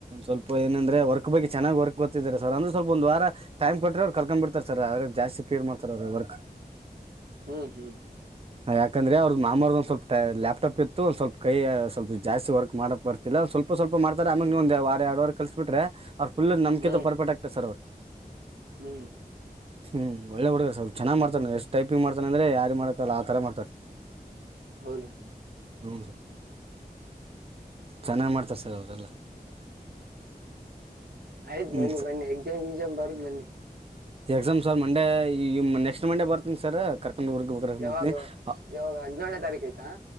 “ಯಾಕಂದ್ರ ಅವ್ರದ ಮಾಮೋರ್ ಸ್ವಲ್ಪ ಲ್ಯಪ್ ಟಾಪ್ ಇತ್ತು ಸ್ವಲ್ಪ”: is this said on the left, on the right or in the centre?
Right